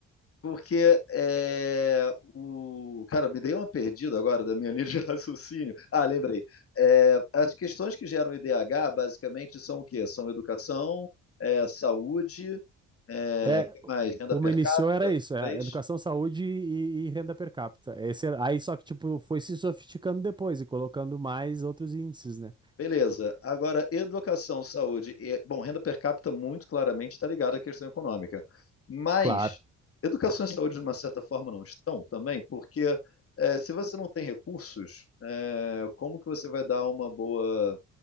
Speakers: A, on the left; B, on the right.
A: Porque é, o. Cara, me dei uma perdida agora da minha <laughs> linha de raciocínio. Ah, lembrei. É, as questões que geram IDH basicamente são o quê? São educação, é, saúde, é,
B: É,
A: que mais? Renda
B: como
A: per
B: iniciou
A: capita,
B: era isso, é,
A: talvez?
B: educação, saúde e, e renda per capita. Esse era- aí só que, tipo, foi se sofisticando depois e colocando mais outros índices, né?
A: Beleza. Agora, educação, saúde e, bom, renda per capita muito claramente está ligada à questão econômica. Mas
B: Claro.
A: educação e saúde, de uma certa forma, não estão também, porque eh, se você não tem recursos, eh, como que você vai dar uma boa